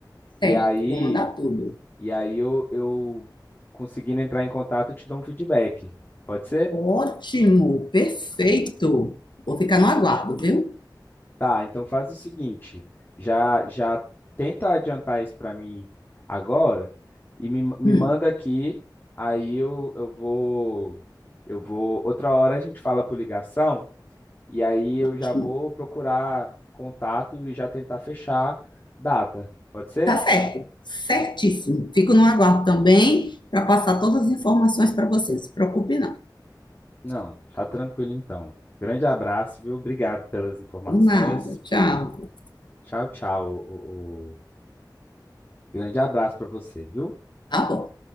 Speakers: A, on the left; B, on the left.
A: E
B: certo.
A: aí,
B: Vou mandar tudo.
A: e aí eu, eu conseguindo entrar em contato, eu te dou um feedback. Pode ser?
B: Ótimo, perfeito. Vou ficar no aguardo, viu?
A: Tá, então faz o seguinte, já já tenta adiantar isso para mim agora e me, me
B: Hum,
A: manda aqui, aí eu, eu vou eu vou outra hora a gente fala por ligação e aí eu
B: ótimo.
A: já vou procurar contato e já tentar fechar data. Pode ser?
B: Tá certo, certíssimo. Fico no aguardo também para passar todas as informações para você. Não se preocupe, não.
A: Não, tá tranquilo então. Grande abraço, viu? Obrigado pelas informações.
B: Por nada. Tchau.
A: Tchau, tchau. o, o- o- Grande abraço para você, viu?
B: Tá bom.